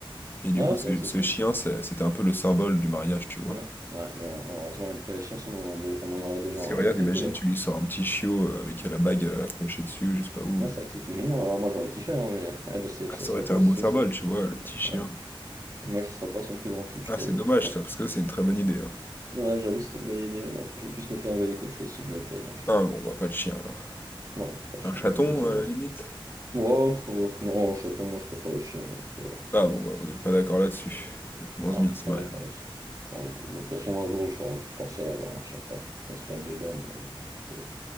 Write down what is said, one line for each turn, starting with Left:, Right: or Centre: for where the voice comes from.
Left: Et du
Right: Ouais,
Left: coup,
Right: c'est
Left: ce,
Right: vrai que c'est
Left: ce
Right: simple.
Left: chien, ça- c'était un peu le symbole du mariage, tu vois.
Right: Ouais, Ouais, mal- malheureusement, même pas les chiens, sinon on en, a dé- on en aurait déjà
Left: Parce
Right: un.
Left: que regarde,
Right: J'essaie
Left: imagine,
Right: de la couper.
Left: tu lui sors un petit chiot euh, avec la bague euh, accrochée dessus, je sais pas où.
Right: Ouais,
Left: euh.
Right: c'est vrai que c'est tout mignon. Alors, moi, j'aurais kiffé, hein, mais elle, je sais,
Left: Ah,
Right: ça
Left: Ça
Right: sera
Left: aurait été
Right: pas,
Left: un beau
Right: ça
Left: symbole,
Right: sera...
Left: tu vois, le petit chien.
Right: ouais. Mais ça sera pas son plus grand kiff,
Left: Ah,
Right: je t'avoue.
Left: c'est dommage
Right: Je pense.
Left: ça, parce que c'est une très bonne idée. hein.
Right: Ouais, j'avoue, c'était une bonne idée, mais non, je vais plus me faire engueuler qu'autre chose si je le fais, donc.
Left: Ah
Right: euh,
Left: bon, bah pas de chien alors.
Right: Non, pas de chien,
Left: Un chaton,
Right: on va éviter. hein.
Left: à la limite?
Right: Oh, oh, non, chaton, moi, je préfère les chiens, donc. Euh...
Left: Ah bon, bah vous n'êtes pas d'accord là-dessus. Ça commence
Right: Voilà,
Left: bien ce
Right: pas
Left: mariage.
Right: d'accord là-dessus, pour le coup. Mais de toute façon, un jour, je, for- je forcerai à avoir un chien fort. Enfin, c'est pas le débat, mais voilà.